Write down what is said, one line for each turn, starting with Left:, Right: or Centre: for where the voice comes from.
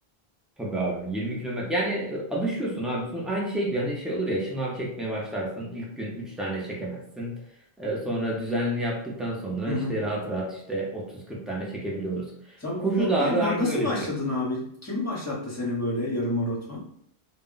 Centre: Tabii abi 20 kilometre. Yani e, alışıyorsun abi. Sonra aynı şey gibi hani şey olur ya şınav çekmeye başlarsın. İlk gün 3 tane çekemezsin. Ee, sonra düzenli yaptıktan sonra
Left: Hı
Centre: işte
Left: hı.
Centre: rahat rahat işte 30-40 tane çekebiliyoruz.
Left: Sen
Centre: Koşu
Left: bu hobiye
Centre: da abi
Left: na-
Centre: aynı
Left: nasıl
Centre: öyle
Left: başladın
Centre: bir şey.
Left: abi? Kim başlattı seni böyle yarım maraton?